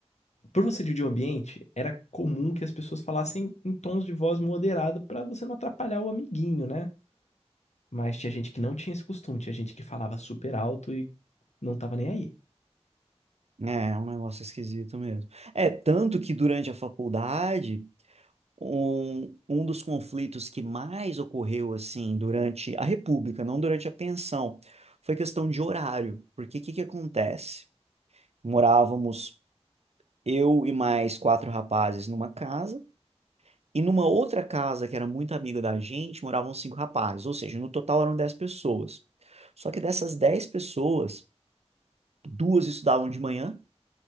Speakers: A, on the left; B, on the right.
A: Por você dividir o ambiente, era comum que as pessoas falassem em tons de voz moderado pra você não atrapalhar o amiguinho, né? Mas tinha gente que não tinha esse costume, tinha gente que falava super alto e não tava nem aí.
B: É, é um negócio esquisito mesmo. É, tanto que durante a faculdade, um, um dos conflitos que mais ocorreu, assim, durante a República, não durante a pensão, foi questão de horário, porque o que que acontece? Morávamos eu e mais quatro rapazes numa casa, e numa outra casa que era muito amiga da gente, moravam cinco rapazes, ou seja, no total eram dez pessoas. Só que dessas dez pessoas, duas estudavam de manhã,